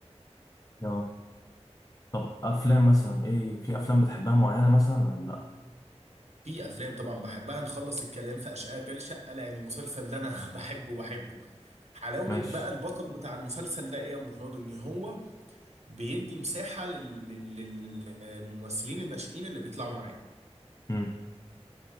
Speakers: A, on the left (about 30°); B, on the right (about 70°).
A: اه طب افلام مثلا ايه في افلام بتحبها معينه مثلا ولا لا
B: في افلام طبعا بحبها نخلص الكلام في اشغال شقه يعني المسلسل ده انا <laughs> بحبه بحبه حلاوه
A: ماشي
B: بقى البطل بتاع المسلسل ده ايه يا مراد ان هو بيدي مساحه لل- لل- للممثلين الناشئين اللي بيطلعوا معاه
A: مم.